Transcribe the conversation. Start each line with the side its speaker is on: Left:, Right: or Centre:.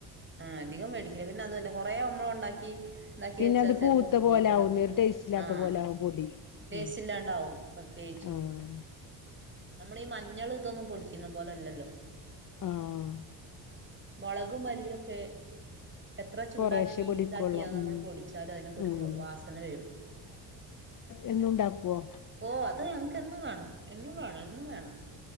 Right: ആഹ് അധികം വേടിക്കില്ല പിന്നെ അതും അല്ലകൊറേമ്മളൊണ്ടാക്കി ഉണ്ടാക്കി
Left: പിന്നെ
Right: വെച്ചാ
Left: അത്
Right: ചെലപ്പം
Left: പൂത്ത
Right: പൂപ്പിലോ
Left: പോലെ ആവുന്നേ ഒരു ടേസ്റ്റ് ഇല്ലാത്ത
Right: ആഹ
Left: പോലെ ആവും പൊടി
Right: ടേസ്റ്റ്
Left: ഉം
Right: ഇല്ലാണ്ടാവും പ്രത്യേകിച്ചും
Left: ആഹ്
Right: നമ്മളീ മഞ്ഞൾ ഇതൊന്നും പൊടിക്കുന്ന പോലെല്ലല്ലോ
Left: ആഹ്
Right: മുളക് മല്ലിയൊക്കേ എത്ര ചൂടാക്കി
Left: കൊറേശ്ശെ പൊടിക്കൊള്ളൂ
Right: ഇതാക്കിയ നമ്മൾ
Left: ഉം
Right: പൊടിച്ചാലും അതിനൊക്കെ ഒരു
Left: ഉം
Right: വാസന വരും
Left: എന്നൂണ്ടാക്കുവോ
Right: ഓഹ് അത് ഞങ്ങ്ക്ക് എന്നും വേണം എന്നും വേണം എന്നും വേണം